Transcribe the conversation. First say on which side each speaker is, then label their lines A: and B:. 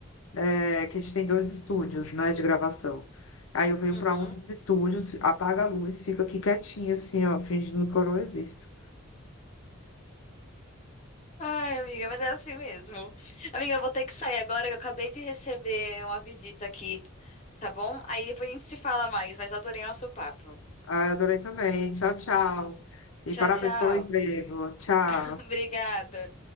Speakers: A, on the left; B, on the left.
A: é, que a gente tem dois estúdios, né, de gravação. Aí eu venho
B: Uhum.
A: pra um dos estúdios, apaga a luz, fica aqui quietinha, assim, ó, fingindo que eu não existo.
B: Ai, amiga, mas é assim mesmo. Amiga, eu vou ter que sair agora, que eu acabei de receber uma visita aqui, tá bom? Aí depois a gente se fala mais, mas adorei nosso papo.
A: Ah, eu adorei também. Tchau, tchau. E
B: Tchau,
A: parabéns
B: tchau.
A: pelo emprego. Tchau.
B: <laughs> Obrigada.